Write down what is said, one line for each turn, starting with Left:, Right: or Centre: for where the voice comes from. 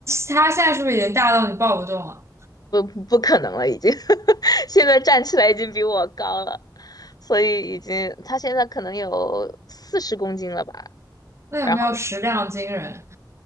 Right: 他现在是不是已经大到你抱不动了？
Left: 不不可能了，已经 <laughs> 现在站起来已经比我高了，所以已经他现在可能有四十公斤了吧。
Right: 那有没有食量惊人？
Left: 然